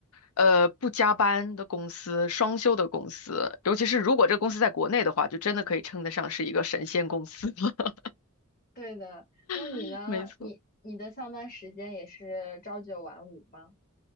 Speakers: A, on the left (about 85°); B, on the left (about 40°).
A: 呃，不加班的公司，双休的公司，尤其是如果这个公司在国内的话，就真的可以称得上是一个神仙公司了。
B: 对的，那你呢？
A: <laughs> 没错，
B: 你你的上班时间也是朝九晚五吗？